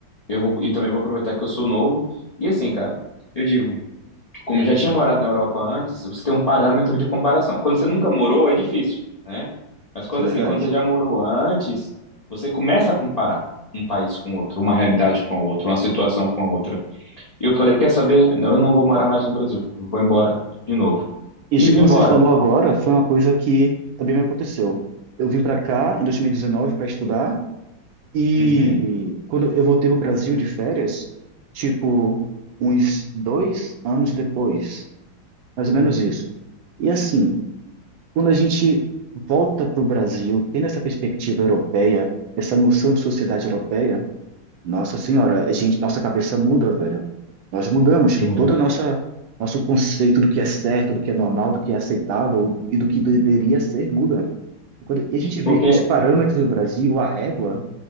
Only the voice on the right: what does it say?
Isso é
verdade.
Isso
que você
falou agora foi uma coisa que também me aconteceu. Eu vim para cá em 2019 para estudar e
quando eu voltei pro Brasil de férias, tipo, uns dois anos depois, mais ou menos isso. E assim, Quando a gente volta para o Brasil, tendo essa perspectiva europeia, essa noção de sociedade europeia, nossa senhora, a gente, nossa cabeça muda, velho. Nós mudamos, tipo,
todo o nossa nosso conceito do que é certo, do que é normal, do que é aceitável e do que deveria ser muda. E, quando- e a gente vê
que os parâmetros do Brasil, a régua,